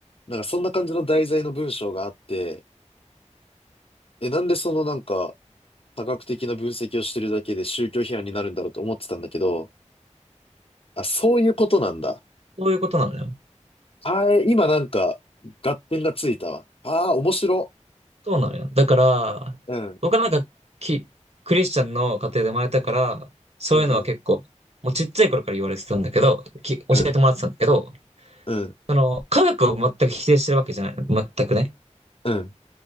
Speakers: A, on the left (about 50°); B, on the right (about 55°).
A: なんかそんな感じの題材の文章があって、え、なんでそのなんか、多角的な分析をしてるだけで宗教批判になるんだろうと思ってたんだけど、あ、そういうことなんだ。
B: そういうことなのよ。
A: あー、え今なんか、合点がついたわ。ああ、面白。
B: そうなのよ。だから、
A: うん、
B: 僕はなんかキ、クリスチャンの家庭で生まれたから、そういうのは結構、
A: うん、うん、
B: もうちっちゃい頃から言われてたんだけど、き、教えてもらってたんだけど、
A: うん、うん、
B: あの、科学を全く否定してるわけじゃない。全くね。
A: うん、